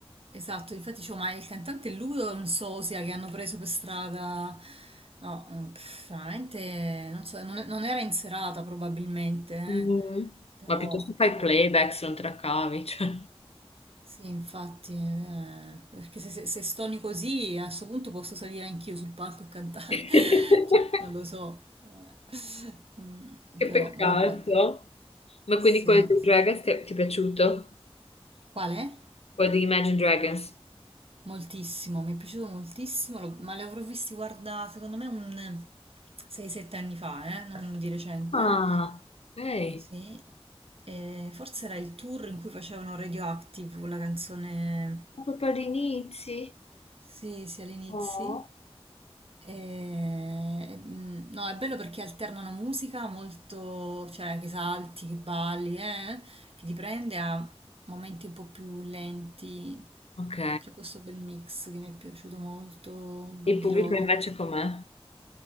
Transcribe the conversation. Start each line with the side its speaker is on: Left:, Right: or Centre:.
Right: esatto, infatti dicevo, ma il cantante è lui o è un sosia che hanno preso per strada? No, mm, pff, veramente, non so, non, non era in serata probabilmente, eh.
Left: Mm.
Right: Però
Left: Ma piuttosto fai
Right: proprio...
Left: playback se non te la cavi, cioè.
Right: Sì, infatti, eh, perché se, se- se stoni così a questo punto posso salire anch'io sul palco e cantare,
Left: <laughs>
Right: <laughs> cioè non lo so, eh, mm,
Left: Che
Right: però
Left: peccato.
Right: vabbè,
Left: Ma
Right: sì,
Left: quindi quello dei
Right: sì.
Left: Dragons ti è, ti è piaciuto?
Right: Qual è?
Left: Quello di Imagine Dragons?
Right: Moltissimo, mi è piaciuto moltissimo, lo- ma li avrò visti, guarda, secondo me un 6-7 anni fa, eh, non di recente,
Left: Ah, ok.
Right: sì, E forse era il tour in cui facevano Radioactive, quella canzone...
Left: Ma proprio all'inizio?
Right: Sì, sì, all'inizio.
Left: Oh.
Right: E, mm, no, è bello perché alternano musica molto, cioè che salti, che balli, eh, che ti prende a momenti un po' più lenti.
Left: Ok.
Right: C'è questo bel mix che mi è piaciuto molto di
Left: Il pubblico
Right: loro.
Left: invece com'è?